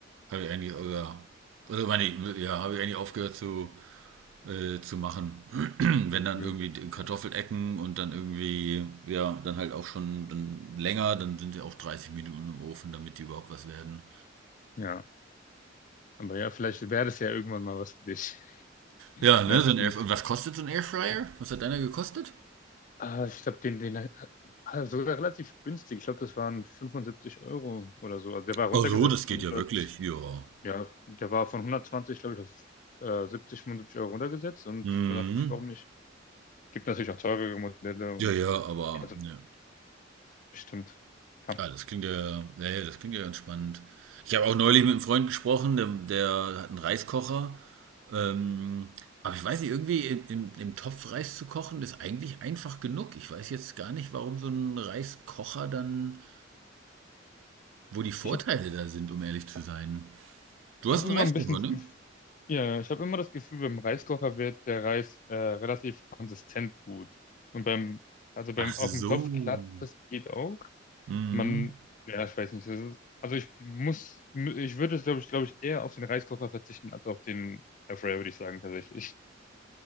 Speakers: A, on the right; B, on the left.
A: Habe ich eigentlich, ja, also meine, ich, ja, habe ich eigentlich aufgehört zu, äh, zu machen. <clears throat>
B: zu,
A: Wenn
B: zu probieren.
A: dann irgendwie die Kartoffelecken
B: Ja,
A: und dann irgendwie, ja, dann halt auch schon dann länger, dann sind sie auch 30 Minuten im Ofen, damit die überhaupt was werden.
B: ja. Aber ja, vielleicht wäre das ja irgendwann mal was für dich. <laughs>
A: Ja, ne,
B: Ja,
A: so
B: zunächst.
A: ein Airfryer. Und was kostet so ein Airfryer? Was hat einer gekostet?
B: Ah, ich glaube, den, den äh, ah, sogar relativ günstig. Ich glaube, das waren 75 Euro oder so. Also der war runtergesetzt
A: Ach so, das
B: von
A: geht ja
B: 100,
A: wirklich, ja.
B: ja, der war von 120, glaube ich, auf äh, 70, 75 Euro runtergesetzt. Und
A: Mhm.
B: da dachte ich, warum nicht? Gibt natürlich auch teurere Modelle und
A: Ja, ja, aber,
B: ja, also
A: ja.
B: bestimmt. Ja.
A: Ja, das klingt ja, ja, ja, das klingt ja ganz spannend. Ich habe auch neulich mit einem Freund gesprochen, der, der hat einen Reiskocher. Ähm, aber ich weiß nicht, irgendwie im, im, im Topf Reis zu kochen, ist eigentlich einfach genug. Ich weiß jetzt gar nicht, warum so ein Reiskocher dann, wo die Vorteile
B: Ich habe
A: da sind, um ehrlich zu sein. Du
B: ich
A: hast
B: hab immer
A: einen Reiskocher,
B: ein bisschen, das
A: ne?
B: Gef- ja, ich habe immer das Gefühl, beim Reiskocher wird der Reis äh, relativ konsistent gut. Und beim, also beim
A: Ach so.
B: auf dem Topf klappt das geht auch.
A: Mhm.
B: Man, ja, ich weiß nicht. Das ist, also ich muss, ich würde es, glaube ich, glaube ich, eher auf den Reiskocher verzichten als auf den Airfryer, würde ich sagen, tatsächlich.